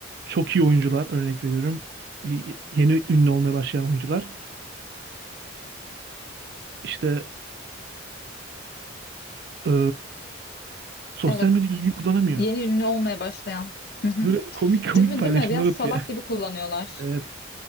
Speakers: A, on the right; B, on the left.
A: çok iyi oyuncular örnek veriyorum. Bir yeni ünlü olmaya başlayan oyuncular işte ee, sosyal
B: Evet,
A: medyayı düzgün kullanamıyor.
B: yeni ünlü olmaya başlayan. Hı hı.
A: Böyle <laughs> komik komik
B: Değil mi
A: paylaşımlar
B: değil mi? Biraz
A: atıyor.
B: salak gibi kullanıyorlar.
A: Evet.